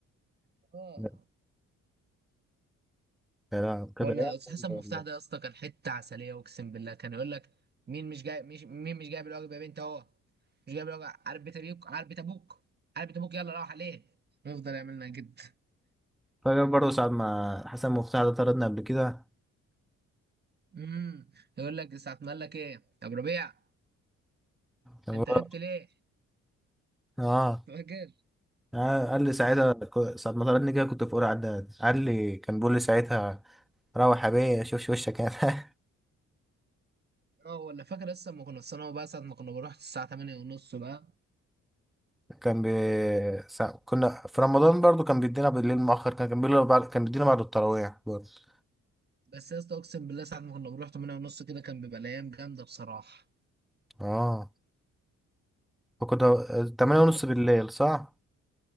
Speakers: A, on the right; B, in the centre.
A: اه
B: لا لا، كانت
A: ولا
B: أيام
A: استاذ
B: جامدة
A: حسن مفتاح
B: والله
A: ده يا اسطى كان حته عسليه اقسم بالله كان يقول لك مين مش جاي مش مين مش جايب الواجب يا بنت اهو مش جايب الواجب عارف بيت ابوك عارف بيت ابوك عارف بيت ابوك يلا راح عليه يفضل يعملنا جد
B: فاكر برضه ساعة ما حسن مفتاح ده طردنا قبل كده
A: امم يقول لك ساعه ما قال لك ايه يا ابو ربيع
B: كان
A: انت
B: هو-
A: غبت ليه؟
B: اه
A: فاكر؟
B: آه، قال لي ساعتها ك- ساعة ما طردني كده كنت في أولى إعداد قال لي كان بيقول لي ساعتها روح يا بيه شوفش وشك يعني <laughs>
A: اه ولا فاكر لسه لما كنا في ثانوي بقى ساعة ما كنا بنروح الساعة 8 ونص بقى
B: كان بي... سا... كنا في رمضان برضه كان بيدينا بالليل مؤخر كان كان بيقول بعد... كان بيدينا بعد التراويح برضه
A: بس يا اسطى اقسم بالله ساعة ما كنا بنروح 8 ونص كده كان بيبقى الأيام جامدة بصراحة
B: اه فكنا تمانية ونص
A: كان-
B: بالليل صح؟